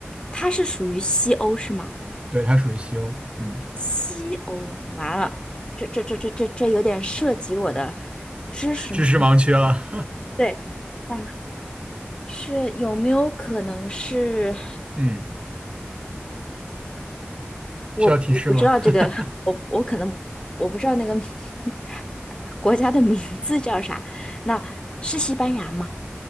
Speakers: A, on the left (about 20°); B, on the right (about 25°).
A: 它是属于西欧是吗？
B: 对，它属于西欧，嗯，
A: 西欧，完了，这这这这这这有点涉及我的知识盲区。
B: 知识盲区了，
A: 对，嗯，是有没有可能是
B: <laughs> 嗯，
A: 我不不知道这个，
B: 需要提示吗？<laughs>
A: 我我可能我不知道那个 <laughs> 国家的名字叫啥？那是西班牙吗？